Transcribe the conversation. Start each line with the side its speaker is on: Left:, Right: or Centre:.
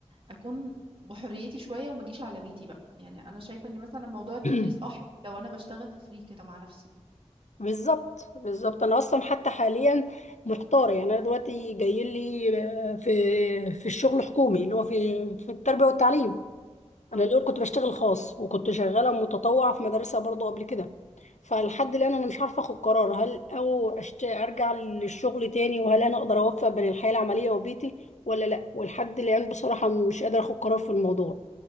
Right: اكون بحريتي شويه وما اجيش على بيتي بقى يعني انا شايفه ان مثلا موضوع التدريس
Left: <clears throat>
Right: اه حلو لو انا بشتغل فري كده مع نفسي
Left: بالظبط بالظبط انا اصلا حتى حاليا محتارة يعني انا دلوقتي جاي لي آه، في في الشغل حكومي اللي هو في في التربية والتعليم انا
Right: اه
Left: الاول كنت بشتغل خاص وكنت شغاله متطوعه في مدرسه برضو قبل كده فلحد الان انا مش عارفه اخد قرار هل او أشت... ارجع للشغل تاني وهل انا اقدر اوفق بين الحياه العمليه وبيتي ولا لا ولحد الان بصراحه مش قادره اخد قرار في الموضوع